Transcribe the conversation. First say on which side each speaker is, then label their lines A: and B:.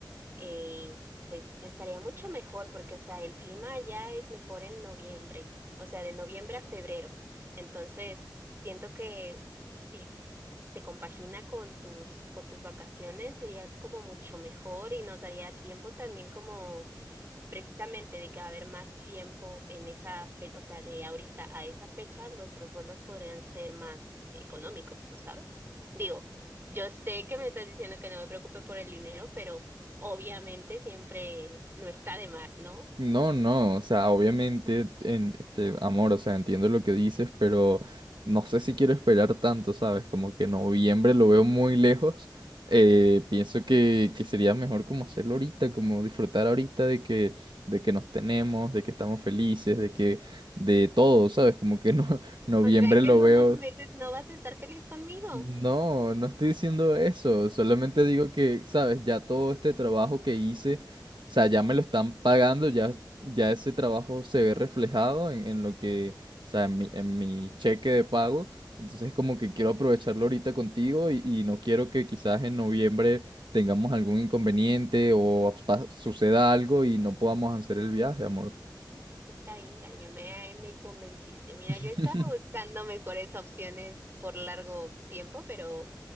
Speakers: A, on the right; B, on the right.
A: Eh, pues estaría mucho mejor porque, o sea, el clima allá es mejor en noviembre, o sea, de noviembre a febrero. Entonces, siento que... si se compagina con tus, con tus vacaciones, sería como mucho mejor y nos daría tiempo también como precisamente de que va a haber más tiempo en esa fecha, o sea, de ahorita a esa fecha, nuestros vuelos podrían ser más económicos, ¿tú sabes? Digo, yo sé que me estás diciendo que no me preocupe por el dinero, pero obviamente siempre no está de más, ¿no?
B: No, no, o sea, obviamente, en, este, amor, o sea, entiendo lo que dices, pero no sé si quiero esperar tanto, ¿sabes? Como que noviembre lo veo muy lejos. eh, pienso que, que sería mejor como hacerlo ahorita, como disfrutar ahorita de que, de que nos tenemos, de que estamos felices, de que, de todo, ¿sabes? Como que no, <laughs> noviembre
A: O sea que
B: lo
A: en
B: veo.
A: unos meses no vas a estar feliz conmigo.
B: No, no estoy diciendo eso, solamente digo que, sabes, ya todo este trabajo que hice, o sea, ya me lo están pagando, ya, ya ese trabajo se ve reflejado en, en lo que, o sea, en mi, en mi cheque de pago, entonces como que quiero aprovecharlo ahorita contigo y, y no quiero que quizás en noviembre tengamos algún inconveniente o pa- suceda algo y no podamos hacer el viaje, amor.
A: pues, Está bien, cariño, me, me convenciste. Mira,
B: <laughs>
A: yo estaba buscando mejores opciones por largo tiempo, pero ok,